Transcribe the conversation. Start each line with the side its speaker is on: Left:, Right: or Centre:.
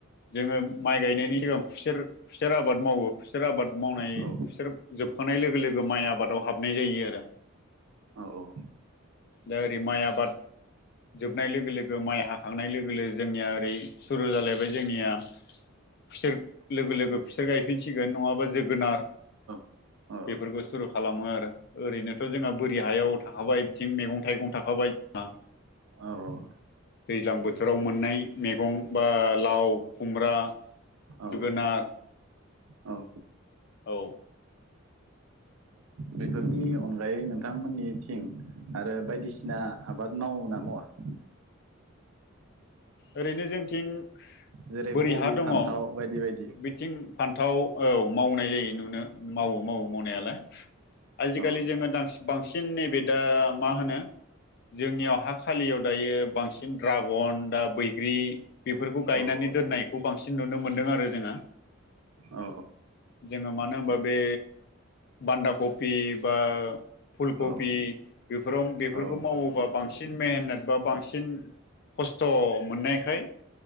Left: जोङो माइ गायनायनि सिगां खुसेर-खुसेर आबाद मावो खुसेर आबाद मावनाय
Right: औ
Left: खुसेर जोब खांनाय लोगो लोगो माइ आबादाव हाबनाय जायो आरो।
Right: औ औ
Left: दा ओरै माइ आबाद जोबनाय लोगो लोगो माइ हाखांनाय लोगो लोगो जोंनिया ओरै सुरु जालायबाय जोंनिया खुसेर लोगो लोगो खुसेर गायफिनसिगोन नंङाबा जोगोनार
Right: <unintelligible>
Left: बेफोरखौ सुरु खालामो आरो ओरैनोथ' जोंहा बोरि हायाव थाखाबाय बिथिं मैगं थाइगं थाखाबाय जोंहा
Right: औ औ
Left: दैज्लां बोथोराव मोननाय मैगं बा लाव खुमब्रा जोगोनार
Right: औ औ
Left: औ
Right: बेफोरनि अनगायै नोंथांमोननि थिं आरो बायदिसिना आबाद मावो ना मावा <inaudible>
Left: ओरैनो जोंथिं
Right: जेरै
Left: बोरि
Right: कबि
Left: हा दंङ
Right: फान्थाव बायदि बायदि
Left: बिथिं फान्थाव औ मावनाय जायो नुनो मावो मावो मावनायालाय आजिखालि
Right: औ
Left: जोंङो बां बांसिन नैबे दा मा होनो जोंनियाव हा खालियाव दायो बांसिन ड्रागन दा बैग्रि बेफोरखौ गायनानै
Right: औ औ
Left: दोन्नायखौ बांसिन नुनो मोन्दों आरो जोंङो
Right: औ
Left: जोंङो मानो होनबा बे बान्दा कफि बा फुलकबि
Right: औ
Left: बेफोराव बेफोरखौ
Right: औ
Left: मावोबा बांसिन मेहनत बा बांसिन खस्थ' मोननायखाय